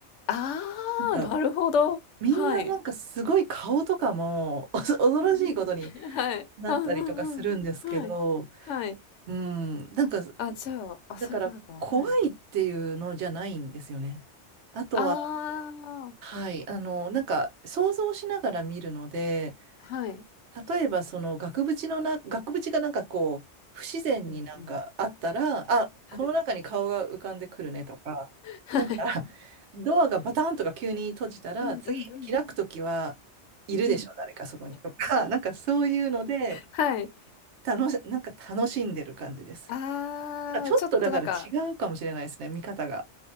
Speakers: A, on the left (about 75°); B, on the right (about 70°).
A: あ
B: なんか、
A: あ、なるほど。
B: みんななんかすごい顔とかも
A: はい。
B: <laughs> お恐ろしいことに
A: うんうん。はい。
B: なったりとかするんですけど、
A: あ、うんうん。はい。はい。
B: うん、なんか、
A: あ、じゃあ、あ、そういうことか。
B: だから怖いっていうのじゃないんですよね。
A: はい。
B: あとは、
A: ああ、
B: はい、あの、なんか想像しながら見るので、
A: はい。
B: 例えばその額縁のな、額縁がなんかこう、不自然になんかあったら、
A: うんうん。
B: あ、
A: はい。
B: この中に顔が浮かんでくるねとか、
A: はい。
B: なんかドアがバタンとか急に閉じたら、
A: <laughs> うんうんうん。
B: 次開くときはいるでしょ、
A: うん。
B: 誰かそこにとか、<laughs> なんかそういうので、
A: はい。
B: 楽し、なんか楽しんでる感じです。
A: ああ、
B: ちょっとだから違うかもしれないですね、
A: ちょっとなんか
B: 見方が。